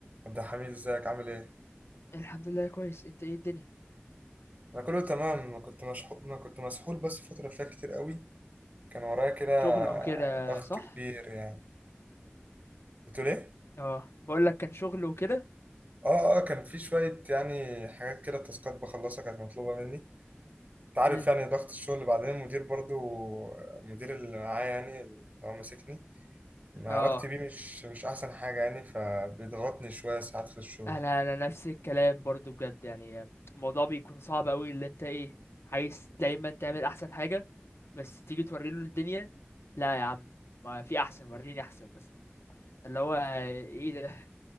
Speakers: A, on the right; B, on the left.
A: عبد الحميد ازيك عامل ايه
B: الحمد لله كويس انت ايه الدنيا
A: انا كله تمام انا كنت مشحو... انا كنت مسحول بس الفتره اللي فاتت كتير قوي كان ورايا كده
B: شغل وكده
A: ضغط
B: صح
A: كبير يعني بتقول ايه
B: اه بقول لك كان شغل وكده
A: اه اه كان في شويه يعني حاجات كده تاسكات بخلصها كانت مطلوبه مني انت عارف
B: امم
A: يعني ضغط الشغل بعدين المدير برضو المدير اللي معايا يعني اللي هو ماسكني علاقتي
B: اه
A: بيه مش مش احسن حاجه يعني فبيضغطني شويه ساعات في الشغل
B: انا انا نفس الكلام برضو بجد يعني الموضوع بيكون صعب قوي اللي انت ايه عايز دايما تعمل احسن حاجة بس تيجي توري له الدنيا لا يا عم ما في احسن وريني احسن بس اللي هو ايه ده <laughs>